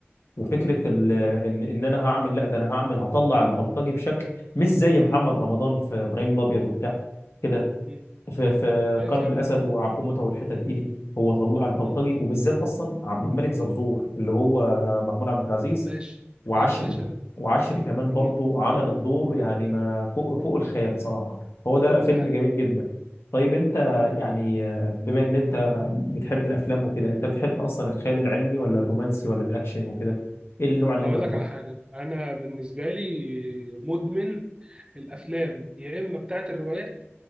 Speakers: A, on the left; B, on the right.
A: وفكره ال- ان ان انا هعمل لا ده انا هعمل هطلع البلطجي بشكل مش زي محمد رمضان في ابراهيم الابيض وبتاع كده
B: مم.
A: في في
B: ايوه
A: قلب
B: فعلا
A: الاسد وعبد موته والحتت دي, دي هو طلع البلطجي
B: مم.
A: وبالذات اصلا عبد الملك زرزور اللي هو آه، محمود عبد العزيز
B: باشا
A: وعشري
B: ده الباشا ده
A: وعشري كمان
B: مم.
A: برضو عمل
B: مم.
A: الدور يعني ما فوق فوق الخيال صراحه هو ده فيلم
B: دي حقيقه
A: جميل جدا طيب انت
B: مم.
A: يعني آه، بما ان انت بتحب الافلام وكده انت بتحب اصلا الخيال العلمي ولا الرومانسي ولا الاكشن وكده ايه النوع اللي
B: هقول
A: انت بتفضله
B: لك على حاجه انا بالنسبه لي مدمن الافلام يا اما بتاعت الروايات